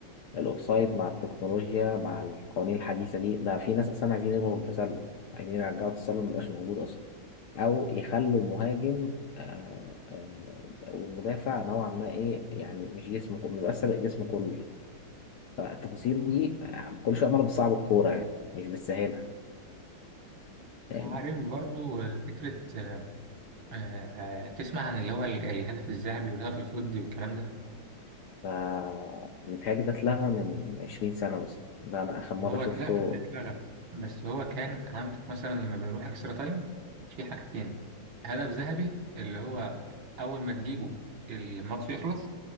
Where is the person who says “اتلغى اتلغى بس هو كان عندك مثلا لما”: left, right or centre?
Right